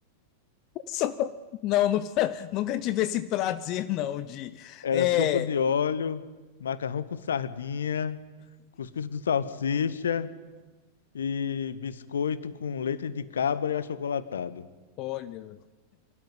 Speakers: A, on the left; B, on the left.
A: <laughs> sopa- não, nunca, <laughs> nunca tive esse prazer, não, de.
B: Era
A: É,
B: sopa de óleo, macarrão com sardinha, cuscuz com salsicha. e biscoito com leite de cabra e achocolatado.
A: olha.